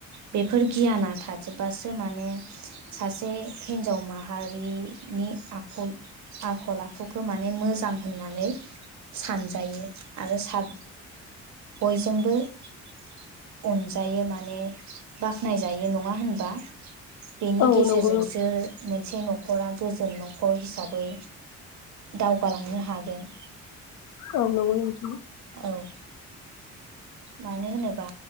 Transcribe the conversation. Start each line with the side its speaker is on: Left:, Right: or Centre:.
Right: बेफोर गियाना थाजोबबासो माने सासे हिन्जाव माहारिनि आखल आखल आखुखौ माने मोजां होननानै सानजायो आरो साब बयजोंबो <inaudible> अनजायो माने बाख्नायजायो नङा होनबा। बेनि
Left: औ
Right: गेजेरजोंसो
Left: नंगौ
Right: मोनसे न'ख रा गोजोन नखर हिसाबै दावगालांनो हागोन।
Left: औ नंगौ नोंथां
Right: औ मानो होनोबा